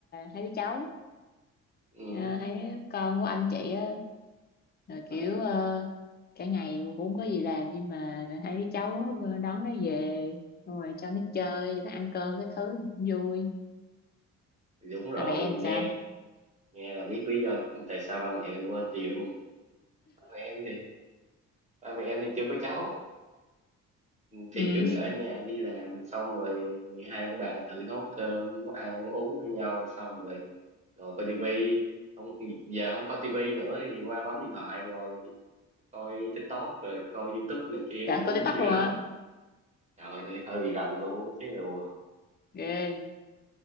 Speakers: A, on the left (about 35°); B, on the right (about 25°).
A: hai đứa cháu
B: ừ.
A: ờ, hai đứa con của anh chị á rồi
B: ờ,
A: kiểu ờ, cả ngày cũng không có gì làm nhưng mà hai đứa cháu ờ, đón nó về xong rồi cho nó chơi cho nó ăn cơm cái thứ cũng vui
B: đúng rồi
A: à, mẹ em
B: nghe
A: sao
B: nghe là biết lý do tại sao ba mẹ em quên chị luôn ba mẹ em thì ba mẹ em thì chưa có cháu thì
A: ừ
B: cứ ở nhà đi làm xong rồi hai ông bà tự nấu cơm nấu ăn nấu uống với nhau xong rồi ngồi coi tivi không giờ không coi tivi nữa thì qua bấm điện thoại ngồi coi TikTok rồi coi YouTube này
A: <laughs>
B: kia
A: trời
B: cũng
A: có TikTok
B: dữ
A: luôn
B: lắm
A: hả
B: trời ơi hơi bị rành luôn chứ đồ
A: ghê